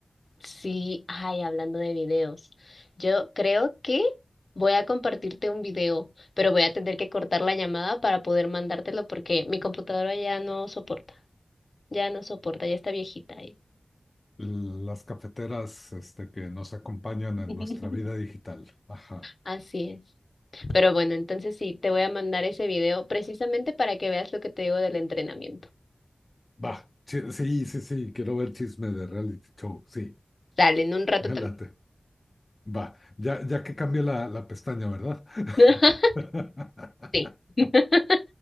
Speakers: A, on the left (about 60°); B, on the left (about 40°).
A: Sí, ay, hablando de videos, yo creo que voy a compartirte un video, pero voy a tener que cortar la llamada para poder mandártelo porque mi computadora ya no soporta, ya no soporta, ya está viejita ahí.
B: Las cafeteras este, que nos acompañan
A: <laughs>
B: en nuestra vida digital. Ajá.
A: Así es. Pero bueno, entonces sí, te voy a mandar ese video precisamente para que veas lo que te digo del entrenamiento.
B: Va. chi- Sí, sí, sí. Quiero ver chisme de reality show. Sí,
A: Dale, en un rato
B: me
A: también.
B: late. Va. Ya, ya que cambié la, la pestaña, ¿verdad?
A: <laughs>
B: <laughs>
A: Sí. <laughs>